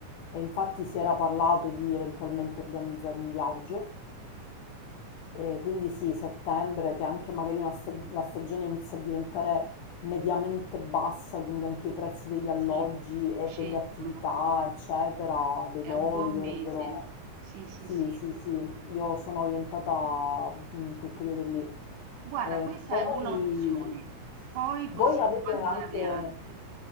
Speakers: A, on the left; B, on the right.
A: e infatti si era parlato di eventualmente organizzare un viaggio, e quindi sì, settembre che anche magari una stag- la stagione inizia a diventare mediamente bassa, quindi anche i prezzi degli alloggi
B: Sì,
A: e
B: scendono.
A: delle attività, eccetera, dei
B: È
A: voli
B: un buon
A: dovrebbero...
B: mese. Sì, sì,
A: Sì,
B: sì.
A: sì, sì, io sono orientata mm, in quel periodo lì.
B: Guarda,
A: E
B: questa
A: poi
B: è una opzione, poi
A: voi
B: possiamo
A: avete
B: valutarne
A: anche,
B: altre.